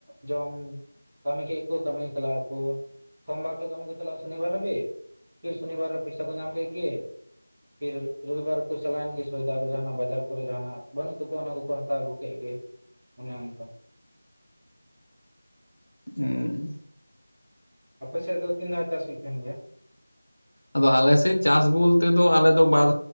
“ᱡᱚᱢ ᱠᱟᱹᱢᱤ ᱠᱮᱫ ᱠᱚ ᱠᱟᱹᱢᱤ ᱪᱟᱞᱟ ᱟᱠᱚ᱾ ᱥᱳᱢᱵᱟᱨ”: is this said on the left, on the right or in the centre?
Centre